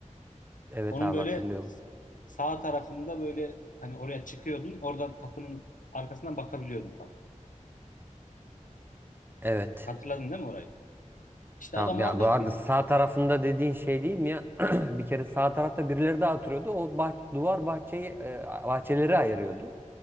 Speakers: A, on the right; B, on the left.
A: Evet
B: Onun
A: abi
B: böyle
A: hatırlıyorum.
B: sağ tarafında böyle hani oraya çıkıyordun oradan kapının arkasından bakabiliyordun falan.
A: Evet.
B: Hatırladın değil mi orayı? İşte
A: Tamam
B: adam
A: ya
B: orada
A: bu arada
B: bir-
A: sağ tarafında dediğin şey değil mi ya? <clears throat> Bir kere sağ tarafta birileri daha oturuyordu. O bah duvar bahçeyi e, bahçeleri ayırıyordu.